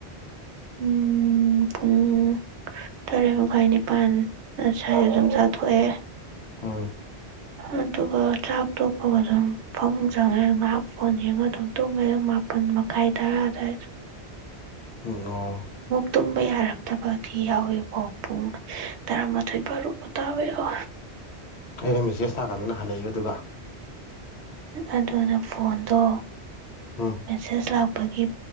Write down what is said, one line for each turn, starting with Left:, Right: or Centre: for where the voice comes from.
Right: ꯎꯝ ꯄꯨꯡ ꯇꯔꯦꯠ ꯃꯈꯥꯏ ꯅꯤꯄꯥꯜ ꯁꯁ꯭ꯋꯥꯏꯗ ꯑꯗꯨꯝ ꯆꯥꯊꯣꯛꯑꯦ
Left: ꯍ
Right: ꯑꯗꯨꯒ ꯆꯥꯛ ꯇꯣꯛꯄꯒ ꯑꯗꯨꯝ ꯐꯃ ꯆꯪꯉꯦ ꯉꯍꯥꯛ ꯐꯣꯟ ꯌꯦꯡꯉ ꯑꯗꯨꯝ ꯇꯨꯝꯃꯦꯦ ꯃ ꯀꯥꯏ ꯇꯔꯗ
Left: ꯎꯝ ꯑꯣ
Right: ꯇꯨꯝꯕ ꯌꯥꯔꯛꯇꯕꯗꯤ ꯌꯥꯎꯋꯦꯀꯣ ꯄꯨꯡ ꯇꯔꯥꯃꯥꯊꯣꯏ ꯐꯥꯔꯨ ꯇꯥꯋꯦ <unintelligible>
Left: ꯑꯩꯅ ꯃꯦꯁꯦꯖ ꯊꯥꯀꯥꯟꯗꯅ ꯍꯜꯂꯛꯏꯕꯗꯨ
Right: ꯑꯗꯨꯅ ꯐꯣꯟꯗꯣ
Left: ꯎꯝ
Right: ꯃꯦꯁꯦꯖ ꯂꯥꯛꯄꯒꯤ